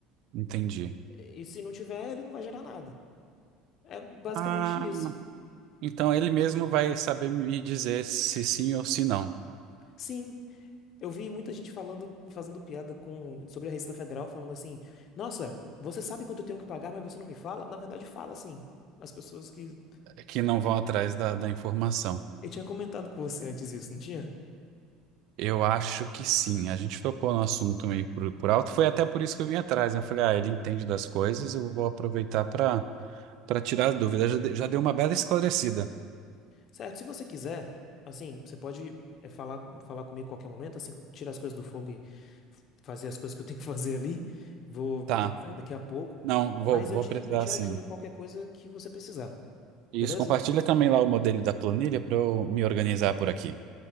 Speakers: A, on the right; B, on the left.
A: Entendi.
B: E se não tiver, ele não vai gerar nada. É basicamente
A: Ah,
B: isso.
A: então ele mesmo vai saber me dizer se sim ou se não,
B: Sim, eu vi muita gente falando, fazendo piada com, sobre a Receita Federal, falando assim: Nossa, você sabe quanto eu tenho que pagar, mas você não me fala? Na verdade, fala sim. As pessoas que.
A: que não vão atrás da, da informação.
B: Eu tinha comentado com você antes isso, não tinha?
A: Eu acho que sim. A gente tocou no assunto meio por, por alto. Foi até por isso que eu vim atrás, né? Eu falei, ah, ele entende das coisas, eu vou aproveitar para para tirar as dúvidas. Já, de- já deu uma bela esclarecida.
B: Certo, se você quiser, assim, você pode é, falar, falar comigo a qualquer momento, assim, tirar as coisas do fogo e f- fazer as coisas que eu tenho que <laughs> fazer ali. Vou
A: Tá.
B: ter que sair daqui a pouco.
A: Não, vou,
B: Mas
A: vou
B: eu te,
A: precisar
B: eu te
A: sim.
B: ajudo qualquer coisa que você precisar,
A: Isso,
B: beleza?
A: compartilha também lá o modelo da planilha para eu me organizar por aqui.